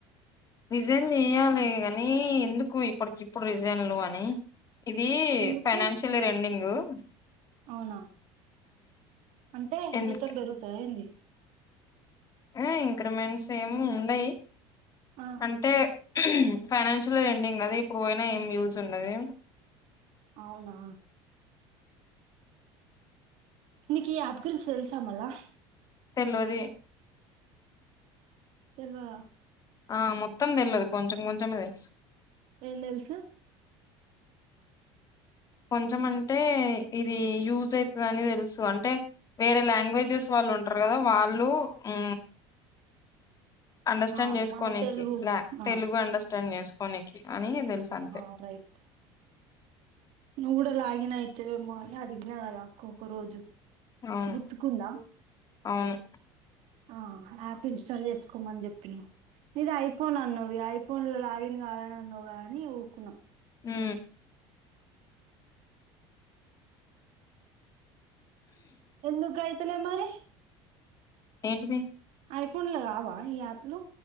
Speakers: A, on the left (about 30°); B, on the right (about 60°).
A: రిజైన్ చెయ్యాలే గని ఎందుకు ఇప్పటికి ఇప్పుడు రిజైన్లు అని ఇది
B: ఎందుకు
A: ఫైనాన్షియల్ ఎండింగు అ
B: అవునా అంటే
A: ఎందుకు
B: జీతం పెరుగుతాయ ఏంది?
A: ఏ ఇంక్రిమెంట్స్ ఏమి ఉండయి.
B: ఆ
A: అంటే? ఫైనాన్షియల్ ఎండింగ్ కదా ఇప్పుడు పోయినా ఏం యూజ్ ఉండది.
B: అవునా? నీకు ఈ యాప్ గురించి తెలుసామల్లా?
A: తెల్వది.
B: తెల్వదా?
A: ఆ మొత్తం తెలియదు కొంచెం కొంచమే తెలుసు.
B: ఏం తెలుసు
A: కొంచెం అంటే ఇది యూజ్ అవుతదని తెలుసు అంటే వేరే లాంగ్వేజెస్ వాళ్ళు ఉంటారు కదా వాళ్ళు హు అండర్స్టాండ్
B: ఆ
A: చేసుకోనికి
B: మన తెలుగు
A: లా
B: ఆ
A: తెలుగు అండర్స్టాండ్ చేస్ కొనికి అని తెలుసు అంతే
B: ఆ రైట్ నువ్వు కూడా లాగినయితేవేమో అని అడిగినా కదక్క ఒక్క రోజు
A: అవును
B: గుర్తుకుంద
A: అవును
B: ఆ యాప్ ఇన్స్టాల్ చేసుకోమని చెప్పిన నీది ఐఫోన్ అన్నది ఐఫోన్ల లాగిన్ కాదని అన్నావుగా అని ఊకున్నా
A: హు
B: ఎందు కై తలే మరి
A: ఏంటిది
B: ఐఫోన్లు రావా ఈ యాప్లు.